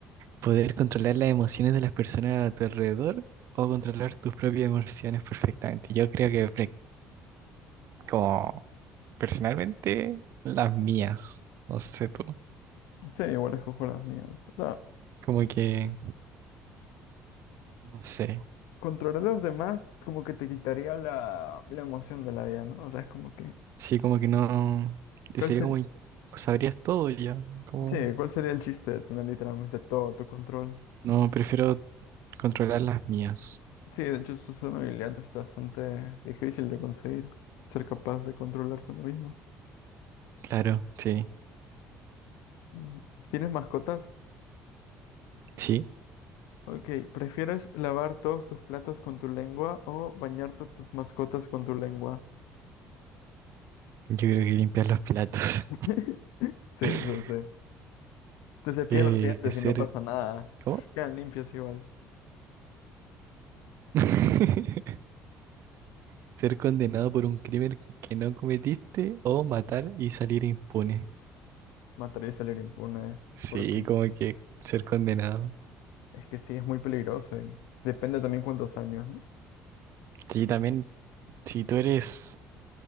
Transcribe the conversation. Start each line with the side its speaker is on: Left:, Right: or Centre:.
Right: poder controlar las emociones de las personas a tu alrededor o controlar tus propias emociones perfectamente. Yo creo que pre- como personalmente las mías, no sé tú,
Left: Sí, igual escojo las mías. O sea,
Right: como que, no sé.
Left: controlar a los demás como que te quitaría la, la emoción de la vida, ¿no? O sea, es como que...
Right: Sí, como que no. Sería
Left: ¿Cuál sería?
Right: como. in- Sabrías todo ya. Como.
Left: Sí, ¿cuál sería el chiste de tener literalmente todo a tu control?
Right: No, prefiero controlar las mías.
Left: Sí, de hecho su zona habilidad es bastante difícil de conseguir, ser capaz de controlarse uno mismo.
Right: Claro, sí.
Left: Mm, ¿Tienes mascotas?
Right: Sí,
Left: Ok, ¿prefieres lavar todos tus platos con tu lengua o bañarte tus mascotas con tu lengua?
Right: yo creo que limpiar los platos.
Left: <laughs> Sí,
Right: <laughs>
Left: eso sí. Te cepillas
Right: Eh,
Left: los dientes
Right: ser.
Left: y no pasa nada.
Right: ¿Cómo?
Left: Quedan limpios igual.
Right: <laughs> Ser condenado por un crimen que no cometiste o matar y salir impune.
Left: Matar y salir impune.
Right: Sí,
Left: Porque
Right: como que ser condenado.
Left: es que sí, es muy peligroso y depende también cuántos años, ¿no?
Right: Sí, también, si tú eres